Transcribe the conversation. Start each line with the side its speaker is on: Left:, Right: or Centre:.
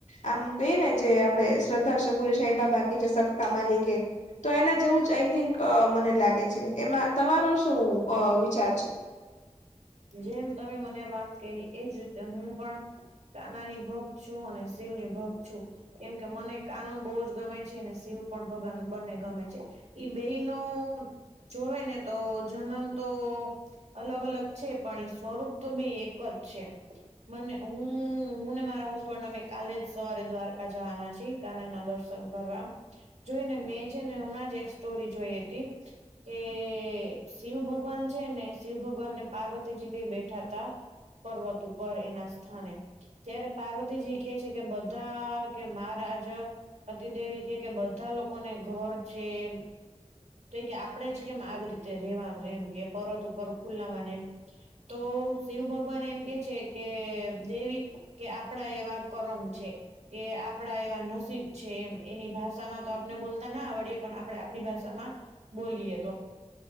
Left: આમ કહીએ ને જે આપડે શ્રદ્ધા સબુરી સા બાકી છે સબ કામાલી કે. તો એના જેવું જ આઈ થિંક મને લાગે છે એમાં તમારો શું વિચાર છે.
Right: જેમ તમે મને વાત કરી એજ રીતે હું પણ નાના ની ભક્ત છું અને શિવની ભક્ત છું. કેમ કે મને કનો બહુ જ ગમે છે અનેને શિવ પણ ભગવાન બંને ગમે છે. ઈ બેઈ ન જોવે ને તો જન્મ તો અલગ અલગ છે પણ એ સ્વરૂપ તો બે એક જ છે. મને હું હું ને મારા હસબન્ડ અમે કાલે સવારે દ્વારકા જવાના છે કના ના દર્શન કરવા. જોઈ ને મેં છે ને હમણાં જ એક સ્ટોરી જોઈ હતી. કે શિવ ભગવાન છે ને શિવ ભગવાન ને પાર્વતી. જી બે બેઠા ત, પર્વત ઉપર એના સ્થાને. ત્યારે પાર્વતીજી કે છે કે બધા કે મહારાજ અતિદેવી કે કે બધા લોકોને ઘર છે એ. તો કે આપણેે જ કેમ આવી રીતે રેવાનું એમ કે પરત ઉપર ખુલાવાનું એમ. તો શિવ ભગવાન એમ કે છે કે દેવી, કે આપડા એવા કરમ છે. કે આપણા એવા નસીબ છે એમ એની ભાષામાં તો આપને બોલતા ના આવડીએ પણ આપડણે આપણી ભાષામાં. બોલીએ તો,